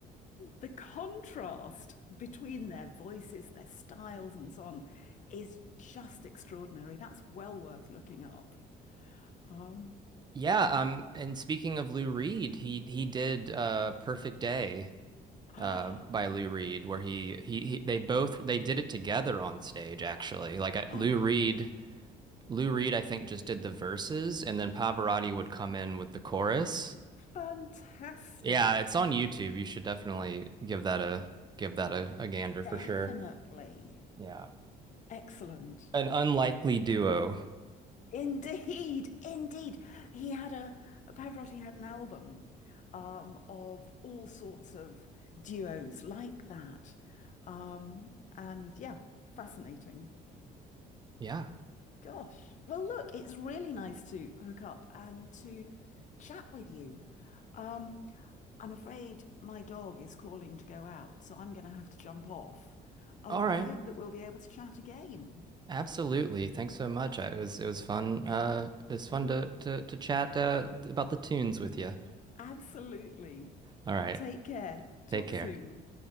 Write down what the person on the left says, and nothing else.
the contrast between their voices, their styles, and so on is just extraordinary. That's well worth looking up. Um,
yeah.
<gasps>
Oh,
fantastic.
Definitely.
Excellent.
Indeed, <laughs> indeed. He had a, Pavarotti had an album um, of all sorts of duos like that. Um, and yeah, fascinating.
Gosh. Well, look, it's really nice to hook up and to chat with you. Um, I'm afraid my dog is calling to go out, so I'm going to have to jump off. Um,
but
I hope that we'll be able to chat again.
Absolutely.
Take care. Talk
soon.